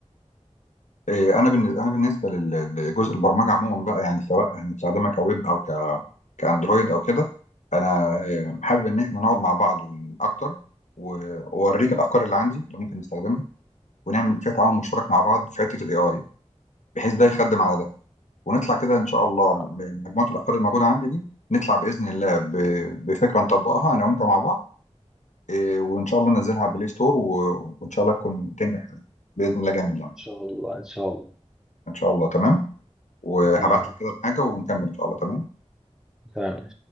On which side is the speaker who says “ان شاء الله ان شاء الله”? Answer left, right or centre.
Centre